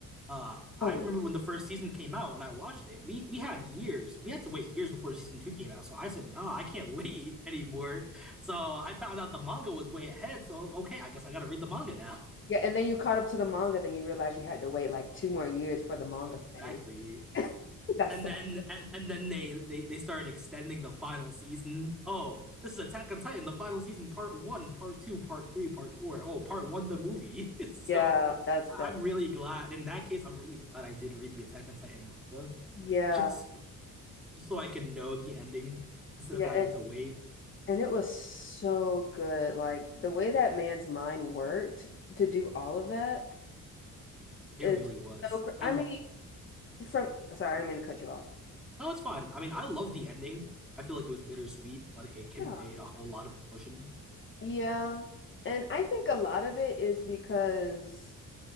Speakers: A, in the centre; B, on the left.
A: Uh, I
B: Oh yeah.
A: remember when the first season came out and I watched it. We we had years. We had to wait years before season two came out. So I said, nah, I can't wait <laughs> anymore. So I found out the manga was way ahead. So okay, I guess I gotta read the manga now.
B: Yeah, and then you caught up to the manga, then you realize you had to wait like two more years for
A: <laughs>
B: the manga
A: Exactly.
B: to finish. <laughs> That
A: And
B: sucks.
A: then and, and then they, they they started extending the final season. Oh, this is Attack on Titan, the final season, part one, part two, part three, part four. Oh, part one, the movie. <laughs> So
B: Yeah, that's
A: I-
B: that's
A: am really glad. In that case, I'm really glad I did read the Attack on Titan manga,
B: yeah.
A: just just so I could know the ending instead
B: Yeah,
A: of having
B: and
A: to wait.
B: and it was so good. Like the way that man's mind worked to do all of that,
A: It
B: it's
A: really was.
B: so cr
A: I
B: I
A: l-
B: mean, from sorry, I didn't mean to cut you off.
A: no, it's fine. I mean, I love the ending. I feel like it was bittersweet, but it conveyed
B: Yeah.
A: a whole lot of emotion.
B: Yeah. And I think a lot of it is because